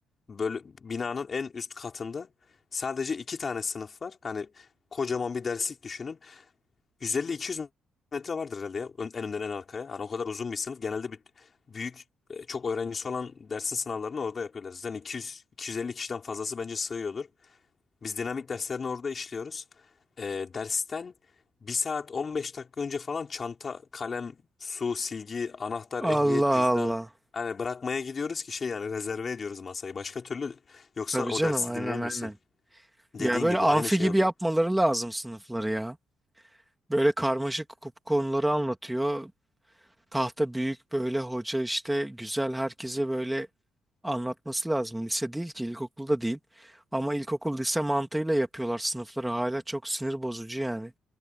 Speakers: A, on the left (about 40°); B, in the centre.
A: Böyle binanın en üst katında sadece iki tane sınıf var. Hani kocaman bir derslik düşünün. 150-200 metre vardır herhalde ya. Ön- En önden en arkaya. Yani o kadar uzun bir sınıf. Genelde bir, büyük e, çok öğrencisi olan dersin sınavlarını orada yapıyorlar. Zaten 200-250 kişiden fazlası bence sığıyordur. Biz dinamik derslerini orada işliyoruz. E, dersten bir saat 15 dakika önce falan çanta, kalem, su, silgi, anahtar,
B: Allah
A: ehliyet, cüzdan
B: Allah.
A: hani bırakmaya gidiyoruz ki şey yani rezerve ediyoruz masayı. Başka türlü yoksa
B: Tabii
A: o
B: canım
A: dersi
B: aynen
A: dinleyemiyorsun.
B: aynen.
A: Dediğin
B: Ya böyle
A: gibi
B: amfi
A: aynı şey
B: gibi
A: oluyor.
B: yapmaları lazım sınıfları ya. Böyle karmaşık kup- konuları anlatıyor. Tahta büyük böyle hoca işte güzel herkese böyle anlatması lazım. Lise değil ki ilkokulda değil. Ama ilkokul lise mantığıyla yapıyorlar sınıfları hala çok sinir bozucu yani.